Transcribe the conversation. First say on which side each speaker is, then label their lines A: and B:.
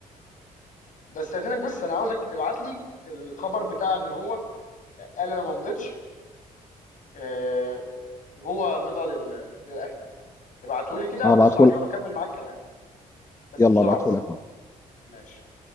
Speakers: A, on the left; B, on the left.
A: بس استاذنك بس انا عاوزك ابعت لي الخبر بتاع ان هو قال انا ما مضيتش آه، وهو مضى لل- للاهلي ابعته لي كده
B: هبعتهولك
A: ابص عليه واكمل معاك كلام بس
B: يلا
A: بسرعه
B: هبعتهولك
A: بس
B: اهو
A: ماشي